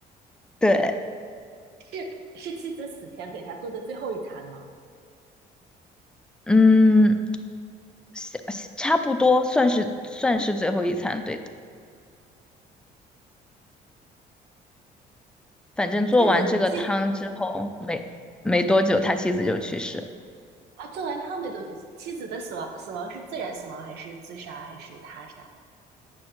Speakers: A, in the centre; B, on the right.
A: 对。
B: 是是妻子死前给他做的最后一餐吗？
A: 嗯，下差不多算是算是最后一餐，对的。反正做完这个汤之后，
B: 妻子妻
A: 没没多久，他妻子就去世。
B: 啊，做完汤没多久，妻子的死亡死亡是自然死亡还是自杀还是他杀？